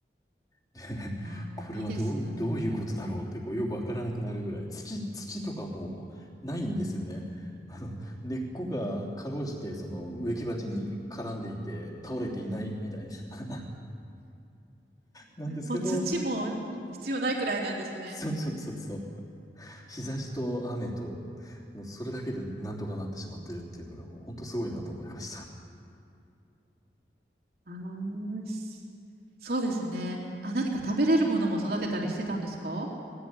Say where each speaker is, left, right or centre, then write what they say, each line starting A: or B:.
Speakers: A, on the left; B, on the right.
A: <laughs>
B: あ、
A: これはどう、
B: いいですよね。
A: どういうことだろうってこうよくわからなくなるぐらい、土、土とかもうないんですよね。あの、根っこがかろうじてその植木鉢に絡んでいて倒れていないみたいな。<laughs> なんですけど、
B: もう土もうん必要ないくらいなんですね。
A: そうそうそうそう。日差しと雨と、もうそれだけでなんとかなってしまってるっていうのが、もう本当すごいなと思いました。
B: あーすそうですね。あ、何か食べれるものも育てたりしてたんですか